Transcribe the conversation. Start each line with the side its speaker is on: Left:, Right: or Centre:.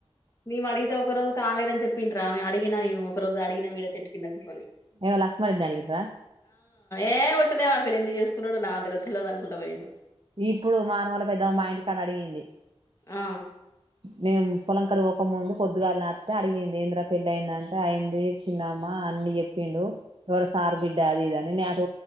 Left: నేము అడిగితే ఒక రోజు కాలేద అని చెప్పింట్రా. ఆమె అడిగిన నేను ఒక రోజు అడిగినా మీడ చెట్టుకింద కూసొని.
Right: ఏయవో లక్ష్మ రెడ్ని అడిగిర
Left: ఏ ఒట్టిదే వాడు పెళ్ళ ఎన్ని చేసుకున్నాడో నా తెలివదు తెల్వదు అనుకుంట పోయిండు.
Right: ఇప్పుడు మాన వల్ల పెద్ద మా ఇంటి కాన్నా అడిగింది.
Left: ఆ
Right: మేం పొలంకరు ఒ ఒక ముందు పొద్దుగాలని వత్తె అడిగింది. ఏందిరా పెళ్లి అయింది. అంటే అయింది చిన్నమ్మా అన్ని చెప్పిండు. ఇవరు సార్ బిడ్డ అది ఇదాని అటు